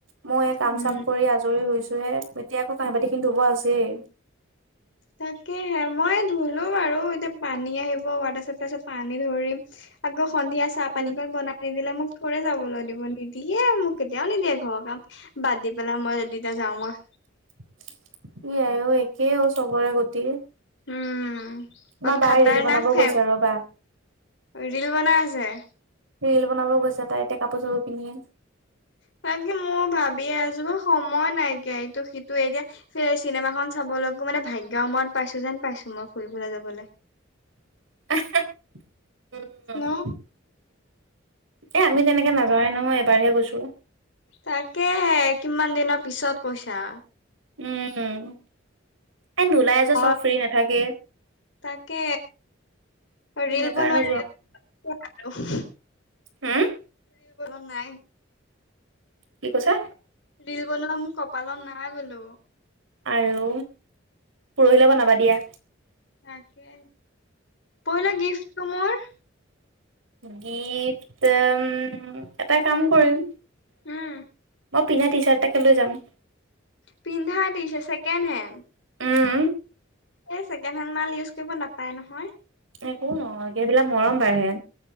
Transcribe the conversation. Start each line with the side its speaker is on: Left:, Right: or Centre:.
Right: ময়ো এই কাম-চাম
Left: উম
Right: কৰি আজৰি হৈছোহে। এতিয়া আকৌ কাঁহি-বাতিখিনি ধুব আছেই।
Left: তাকে। মই ধুলোঁ বাৰু। এতিয়া পানী আহিব, ৱাটাৰ চাপ্লাই আছে পানী ধৰিম। আকৌ সন্ধিয়া চাহ
Right: উম,
Left: পানীকণ বনাই নিদিলে মোক ৰে যাবলৈ দিব নিদিয়ে মোক কেতিয়াও নিদিয়ে ঘৰৰ কাম বাদ দি পেলাই মই যদি এতিয়া যাওঁ মই
Right: <inaudible> ইয়াই অ একেই অ চবৰে গোটেই
Left: উম বহুত
Right: আমা বাএ
Left: খাতাৰনাক
Right: ৰিল বনাব
Left: ফেম।
Right: গৈছো ৰ'বা
Left: ৰিল বনাই আছে
Right: ৰিল বনাব গৈছে তাই এতিয়া কাপোৰ চাপোৰ পিন্ধি
Left: ত কি মই ভাবিয়ে আছো বাৰ সময় নাইকিয়া এইটো সিটোে এতিয়া চিনেমাসন চাবলৈ মানে ভাগ্য মূৰত পাইছো যেন পাইছো মই ফুৰিবলৈ যাবলৈ
Right: উম
Left: ন
Right: এ আমি তেনেকে নাযাও এই নহয় এবাৰহে গৈছো
Left: তাকেহে কিমান দিনৰ পিছত কৈছা
Right: উম, এ নোলাই যে
Left: হয়
Right: চব ফ্ৰি নাথাকে
Left: তাকে ৰিল
Right: সেইকাৰণে
Left: বনোৱা <unintelligible>
Right: হা
Left: ৰিল নাই
Right: কি কৈছা
Left: ৰিল বনোৱা মোৰ কপালত নাই বোলো
Right: আৰু পুৰোহিলে বনাবা দিয়া
Left: তাকে পহিলা গিফ্টটো মোৰ
Right: গিফট উ এটা কাম কৰিম
Left: উম
Right: মই পিন্ধা টি চাৰ্ট এটাকে লৈ যাম
Left: পিন্ধা দিছে ছেকেণ্ড হেণ্ড
Right: উম,
Left: এই ছেকেণ্ড হেড মাল ইউজ কৰিব নাপায় নহয়
Right: একো নহয় এইবিলাক মৰম বাঢ়ে